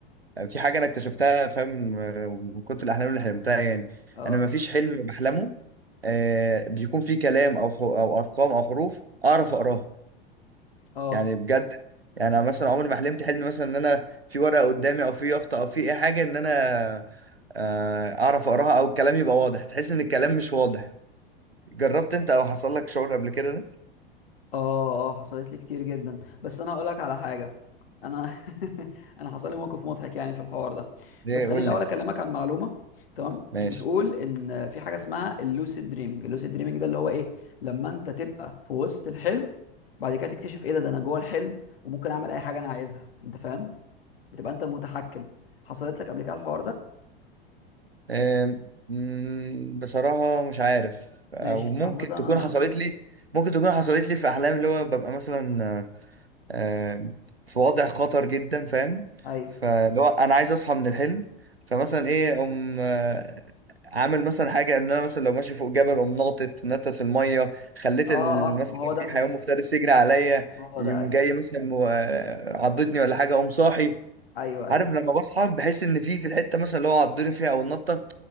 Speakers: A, on the right; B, on the left.
A: في حاجه انا اكتشفتها فاهم آه، من كتر الاحلام اللي حلمتها يعني
B: اه
A: انا ما فيش حلم بحلمه آه بيكون فيه كلام او حو- او ارقام او حروف اعرف اقراها
B: اه
A: يعني بجد يعني انا مثلا عمري ما حلمت حلم مثلا ان انا في ورقه قدامي او في يافطه او في اي حاجه ان انا آه اعرف اقراها او الكلام يبقى واضح تحس ان الكلام مش واضح جربت انت او حصل لك شعور قبل كده ده
B: اه اه حصلت لي كتير جدا بس انا هقول لك على حاجه انا <laughs> انا حصل لي موقف مضحك يعني في الحوار ده
A: ليه
B: بس خليني
A: قول
B: الاول
A: لي
B: اكلمك عن معلومه تمام
A: ماشي
B: بتقول ان في حاجه اسمها اللوسيد دريمينج اللوسيد دريمينج ده اللي هو ايه لما انت تبقى في وسط الحلم بعد كده تكتشف ايه ده ده انا جوه الحلم وممكن اعمل اي حاجه انا عايزها انت فاهم بتبقى انت المتحكم حصلت لك قبل كده الحوار ده
A: آم، مم، بصراحة مش عارف أو
B: ماشي
A: ممكن
B: عامه
A: تكون
B: انا
A: حصلت لي ممكن تكون حصلت لي في أحلام اللي هو ببقى مثلا آه، آم، في وضع خطر جدا فاهم
B: ايوه
A: فاللي هو أنا عايز أصحى من الحلم فمثلا إيه أقوم آه، عامل مثلا حاجة إن أنا مثلا لو ماشي فوق جبل أقوم ناطط نطت في المية خليت
B: اه
A: ال-
B: اه
A: مثلا
B: ما هو
A: لو
B: ده
A: في حيوان مفترس يجري عليا
B: ما هو
A: يقوم
B: ده ايوه
A: جاي مثلا و- آه، عضدني ولا حاجة أقوم صاحي
B: ايوه ايوه
A: عارف لما بصحى بحس ان في في الحته مثلا اللي هو عضني فيها او النطه